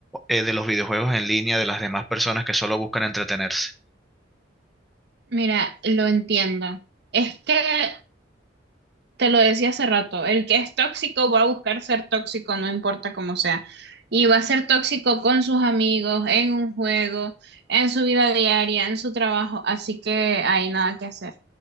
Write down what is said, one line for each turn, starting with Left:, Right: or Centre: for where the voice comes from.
Centre: eh, de los videojuegos en línea de las demás personas que solo buscan entretenerse.
Right: mira, lo entiendo. Es que te lo decía hace rato, el que es tóxico va a buscar ser tóxico, no importa cómo sea. Y va a ser tóxico con sus amigos, en un juego, en su vida diaria, en su trabajo, así que hay nada que hacer.